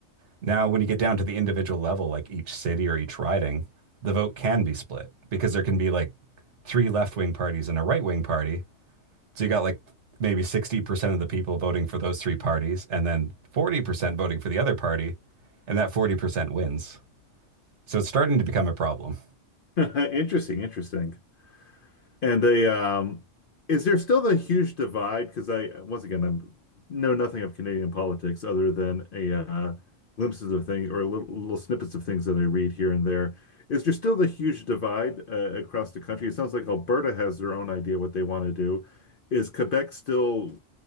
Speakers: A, on the right (about 65°); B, on the left (about 55°).
A: Now, when you get down to the individual level, like each city or each riding, the vote can be split because there can be like three left wing parties and a right wing party. So you got like maybe 60% of the people voting for those three parties and then 40% voting for the other party, and that 40% wins. So it's starting to become a problem.
B: <laughs> Interesting, interesting. And they, um, is there still the huge divide? Because I, once again, I'm know nothing of Canadian politics other than a uh, glimpses of things or little, little snippets of things that I read here and there. Is there still the huge divide uh, across the country? It sounds like Alberta has their own idea what they want to do. Is Quebec still